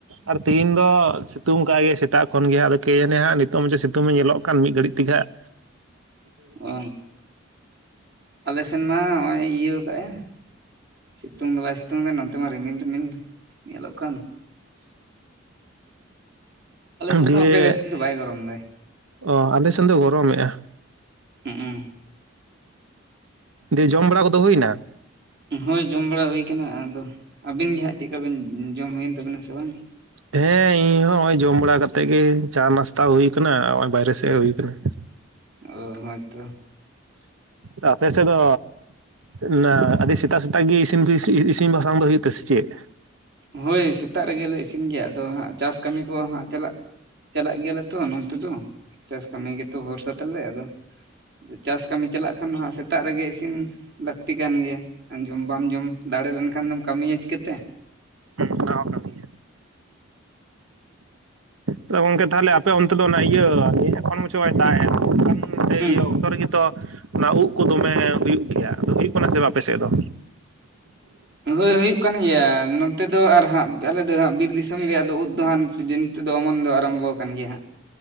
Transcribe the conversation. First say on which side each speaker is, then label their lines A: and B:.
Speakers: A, on the right; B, on the right.
A: ᱟᱨ ᱛᱤᱦᱤᱧ ᱫᱚ ᱥᱤᱛᱩᱝ ᱠᱟᱜ ᱜᱮ ᱥᱮᱛᱟᱜ ᱠᱷᱚᱱ ᱜᱮ ᱦᱟᱸᱜ ᱟᱫᱚ ᱠᱮ ᱡᱟᱱᱮ ᱦᱟᱸᱜ ᱱᱤᱛᱚᱝ <inaudible> ᱥᱤ ᱛᱩᱝ ᱧᱮᱞᱚᱜ ᱠᱟᱱ ᱢᱤᱫ ᱜᱷᱟᱹᱲᱤᱡ ᱛᱮᱜᱮ ᱦᱟᱜ
B: ᱚ᱾ ᱟᱞᱮ ᱥᱮᱱ ᱢᱟ ᱦᱚᱸᱜᱼᱚᱭ ᱤᱭᱟᱹ ᱠᱟᱜᱼᱟᱭ᱾ ᱥᱤᱛᱩᱝ ᱫᱚ ᱵᱟᱭ ᱥᱤᱛᱩᱝ ᱠᱟᱜ-ᱟ ᱱᱚᱱᱛᱮ ᱢᱟ ᱨᱤᱢᱤᱞ ᱨᱤᱢᱤᱞ᱾ ᱧᱮᱞᱚᱜ ᱠᱟᱱ ᱟᱞᱮ
A: ᱚᱸᱻ᱾
B: ᱥᱮᱱ
A: ᱫᱤᱭᱮ,
B: ᱫᱚ ᱚᱱᱠᱟ ᱡᱟᱹᱥᱛᱤ ᱫᱚ ᱵᱟᱭ ᱜᱚᱨᱚᱢ ᱫᱟᱭ
A: ᱚ ᱟᱞᱮ ᱥᱮᱱ ᱫᱚ ᱜᱚᱨᱚᱢᱮᱜ-ᱟ᱾
B: ᱦᱩᱸᱜ-ᱩᱸ᱾
A: ᱫᱤᱭᱮ ᱡᱚᱢ ᱵᱟᱲᱟ ᱠᱚᱫᱚ ᱦᱩᱭᱮᱱᱟ?
B: ᱦᱳᱭ ᱡᱚᱢ ᱵᱟᱲᱟ ᱦᱩᱭ ᱠᱟᱱᱟ᱾ᱟᱫᱚ ᱟᱵᱤᱱ ᱜᱮ ᱦᱟᱸᱜ ᱪᱮᱜᱠᱟ ᱵᱤᱱ ᱡᱚᱢ ᱦᱩᱭᱮᱱ ᱛᱟᱵᱮᱱᱟ ᱥᱮ ᱵᱟᱝ?
A: ᱦᱮᱸ ᱤᱧ ᱦᱚᱸ ᱦᱚᱸᱜᱼᱚᱭ ᱡᱚᱢ ᱵᱟᱲᱟ ᱠᱟ ᱛᱮ ᱜᱮ ᱪᱟ ᱱᱟᱥᱛᱟ ᱦᱩᱭ ᱠᱟᱱᱟ ᱦᱚᱸᱜ-ᱚᱭ ᱵᱟᱭᱨᱮ ᱥᱮᱜ ᱦᱮᱜ ᱦᱩᱭ ᱠᱟᱱᱟ᱾
B: ᱚ ᱦᱚᱭᱛᱚ᱾
A: ᱛᱚ ᱟᱯᱮ ᱥᱮᱫ ᱫᱚ, ᱚᱱᱟ ᱟᱰᱤ ᱥᱮᱛᱟᱜ ᱥᱮᱛᱟᱜ ᱜᱮ ᱤᱥᱤᱱ ᱛᱚ ᱤᱥᱤ ᱤᱥᱤᱱ ᱵᱟᱥᱟᱝ ᱫᱚ ᱦᱩᱭᱩᱜ ᱛᱮ ᱥᱮ ᱪᱮᱫ?
B: ᱦᱳᱭ ᱥᱮᱛᱟᱜ ᱨᱮᱜᱮ ᱞᱮ ᱤᱥᱤᱱ ᱜᱮᱭᱟ, ᱟᱫᱚ ᱦᱟᱸᱜ ᱪᱟᱥ ᱠᱟᱹᱢᱤ ᱠᱚ ᱦᱟᱸᱜ ᱪᱟᱞᱟᱜ ᱪᱟᱞᱟᱜ ᱜᱮᱭᱟ ᱞᱮ ᱛᱚ, ᱱᱚᱱ- ᱛᱮᱫᱚ ᱪᱟᱥ ᱠᱟᱹᱢᱤ ᱜᱮ ᱛᱚ ᱵᱷᱚᱨᱥᱟ ᱛᱟᱞᱮ, ᱟᱫᱚ ᱟᱫᱚ ᱪᱟᱥ ᱠᱟᱹᱢᱤ ᱪᱟᱞᱟᱜ ᱠᱷᱟᱱ ᱦᱟᱸᱜ ᱥᱮᱛᱟᱜ ᱨᱮᱜᱮ ᱤᱥᱤᱱ ᱞᱟᱹᱠᱛᱤ ᱠᱟᱱ ᱜᱮᱭᱟ, ᱟᱸᱡᱚᱢ ᱵᱟᱢ ᱡᱚᱢ ᱫᱟᱲᱮ ᱞᱮᱱᱠᱷᱟᱱ ᱫᱚᱢ ᱠᱟᱹᱢᱤᱭᱟ ᱪᱤᱠᱟᱹᱛᱮ?
A: ᱚᱱᱟ ᱦᱚᱸ ᱠᱟᱹᱱ ᱜᱮᱭᱟ᱾ ᱟᱫᱚ ᱜᱚᱝᱠᱮ ᱛᱟᱦᱮᱞᱮ ᱟᱯᱮ ᱚᱱᱛᱮ ᱫᱚ ᱚᱱᱟ ᱤᱭᱟᱹ ᱮᱠᱷᱚᱱ ᱢᱩᱪᱟᱹᱣᱟᱹᱭ ᱛᱟᱦᱮᱸ ᱮ ᱮᱠᱷᱚᱱ ᱚᱱᱮ
B: ᱦᱩᱸ
A: ᱤᱭᱟᱹ ᱚᱠᱛᱚ ᱨᱮᱜᱮ ᱛᱚ ᱚᱱᱟ ᱩᱜ ᱠᱚ ᱫᱚᱢᱮ ᱦᱩᱭᱩᱜ ᱜᱮᱭᱟ, ᱟᱫᱚ ᱦᱩᱭᱩᱜ ᱠᱟᱱᱟ ᱥᱮ ᱵᱟ ᱟᱯᱮ ᱥᱮᱜ ᱫᱚ?
B: ᱦᱚᱭ ᱦᱩᱭᱩᱜ ᱠᱟᱱ ᱜᱮᱭᱟ ᱱᱚᱱᱛᱮ ᱫᱚ ᱟᱨ ᱦᱟᱸᱜ ᱟᱞᱮ ᱫᱚ ᱦᱟᱸᱜ ᱵᱤᱨ ᱜᱮ ᱟᱫᱚ ᱩᱫ ᱫᱚ ᱦᱟᱸᱜ ᱫᱤᱱ ᱛᱮᱫᱚ ᱚᱢᱚᱱ ᱫᱚ ᱟᱨᱳᱢᱵᱷᱚ ᱟᱠᱟᱱ ᱜᱮᱭᱟ ᱦᱟᱸᱜ᱾